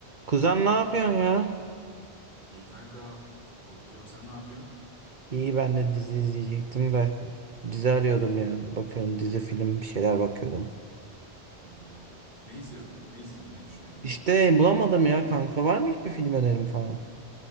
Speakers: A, on the right (about 45°); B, on the left (about 55°).
A: Kuzen ne yapıyorsun ya?
B: İyi kanka oturuyorum sen ne yapıyorsun?
A: İyi ben de dizi izleyecektim de dizi arıyordum
B: Güzel.
A: ya. Bakıyorum dizi film bir şeyler bakıyordum.
B: Güzel. Ne izliyordun? Ne izlemeyi düşünüyordun?
A: İşte bulamadım ya kanka var mı hiçbir film önerim falan?